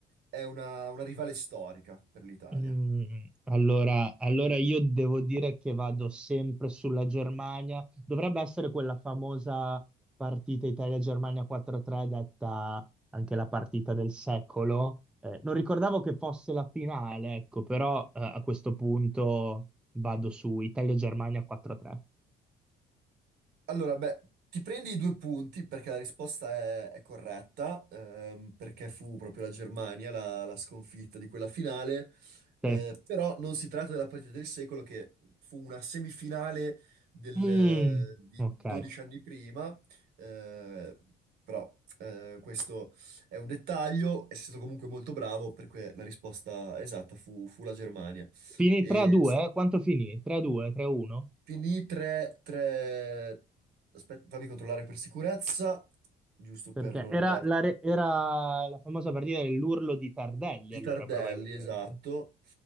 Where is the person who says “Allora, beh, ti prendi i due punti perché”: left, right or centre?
Right